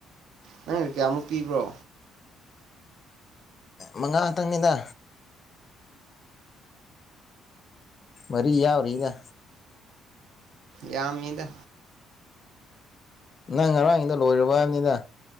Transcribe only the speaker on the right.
ꯅꯪ ꯀꯌꯥꯃꯨꯛ ꯄꯤꯕ꯭ꯔꯣ
ꯌꯥꯝꯃꯤꯗ